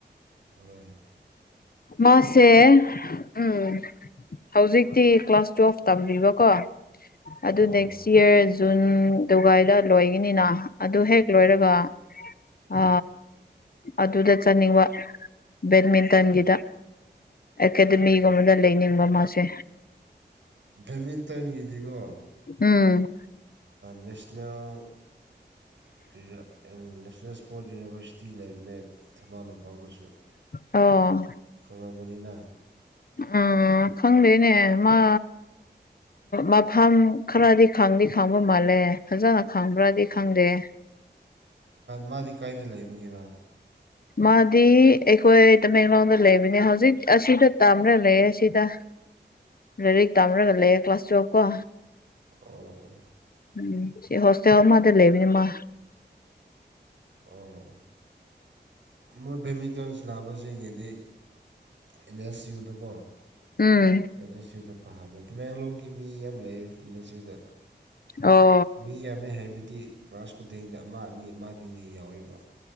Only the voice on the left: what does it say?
ꯃꯥꯁꯦ ꯎꯝ ꯍꯧꯖꯤꯛꯇꯤ ꯀ꯭ꯂꯥꯁ ꯇꯨꯋꯦꯜꯐ ꯇꯝꯕꯤꯕ ꯀꯣ ꯑꯗꯨ
ꯅꯦꯛꯁ
ꯏꯌꯔ ꯖꯨꯟ ꯗꯨꯒꯥꯏꯗ ꯂꯣꯏꯒꯤꯅꯤꯅ ꯑꯗꯨ ꯍꯦꯛ ꯂꯣꯏꯔꯒ ꯑ ꯑꯗꯨꯗ ꯆꯠꯅꯤꯡꯕ ꯕꯦꯠꯃꯤꯟꯇꯟꯒꯤꯗ
ꯑꯦꯀꯥꯗꯃꯤꯒꯨꯝꯕꯗ
ꯂꯩꯅꯤꯡꯕ ꯃꯥꯁꯦ
ꯎꯝ
ꯑꯣ
ꯎꯝ ꯑ ꯈꯪꯗꯦꯅꯦ ꯃꯥ ꯃꯐꯝ ꯈꯔꯗꯤ ꯈꯪꯗꯤ ꯈꯪꯕ ꯃꯥꯜꯂꯦ ꯐꯖꯅ ꯈꯪꯕ꯭ꯔꯗꯤ ꯈꯪꯗꯦ
ꯃꯥꯗꯤ ꯑꯩꯈꯣꯏ ꯇꯃꯦꯡꯂꯣꯡꯗ ꯂꯩꯕꯅꯦ ꯍꯧꯖꯤꯛ ꯑꯁꯤꯗ ꯇꯝ꯭ꯔꯥ ꯂꯩꯌꯦ ꯑꯁꯤꯗ ꯂꯥꯏꯔꯤꯛ ꯇꯥꯝꯔꯒ ꯂꯩꯌꯦꯦ ꯀ꯭ꯂꯥꯁ ꯇꯨꯋꯦꯜꯕ ꯀꯣ
ꯎꯝ ꯁꯤ ꯍꯣꯁꯇꯦꯜꯋꯥ ꯃꯥꯗ ꯂꯩꯅꯤꯃ
ꯎꯝ
ꯑꯣ